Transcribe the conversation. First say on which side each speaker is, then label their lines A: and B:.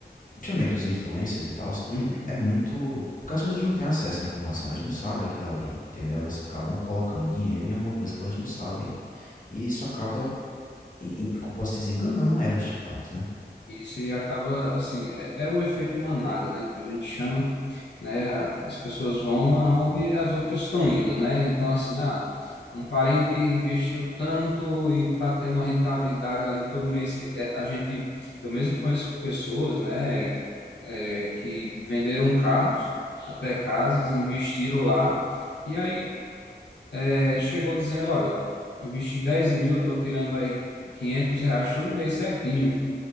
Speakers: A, on the left (about 50°); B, on the left (about 80°).
A: principalmente dos influencers e tals, que
B: Uhum.
A: é muito porque as pessoas não têm acesso à informação, elas não sabem aquilo ali, entendeu? Elas acabam colocando dinheiro em alguma coisa que elas não sabem, e isso acaba e e como posso dizer, enganando elas de fato, né.
B: Isso, e acaba assim, é, é o efeito manada, né, que a gente chama, né, a- as pessoas vão aonde as outras estão indo, né, então assim, ah, um parente investiu tanto e tá tendo uma rentabilidade ali todo mês, que é, a gente, eu mesmo conheço pessoas, né, é, que venderam carros, até casas, investiram lá, e aí é, chegou dizendo, olha, investi dez mil, tô tirando aí 500 reais todo mês certinho,